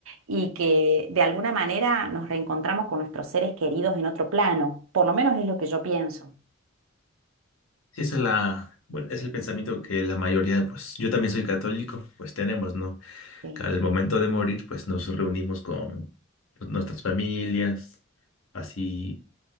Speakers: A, on the right; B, on the left.
A: y que de alguna manera nos reencontramos con nuestros seres queridos en otro plano. Por lo menos es lo que yo pienso.
B: Sí, esa es la, bueno, es el pensamiento que la mayoría, pues yo también soy católico, pues tenemos, ¿no?
A: Sí.
B: Al momento de morir, pues nos reunimos con nuestras familias, así